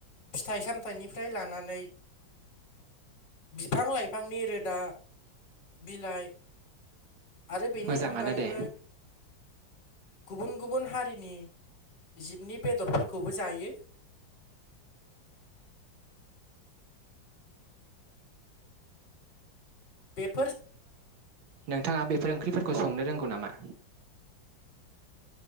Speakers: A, on the left (about 60°); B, on the right (about 80°).
A: फिथाइ सामथाइनिफाय लानानै बिफां लाइफांनि रोदा बिलाइ आरो बिनि
B: मोजाङानो
A: अनगायैबो
B: दे
A: गुबुन गुबुन हारिनि जिबनि बेदरफोरखौ खौबो जायो। पे <unintelligible>
B: नोंथाङा बेफोर ओंख्रिफोरखौ संनो रोंगौ नामा?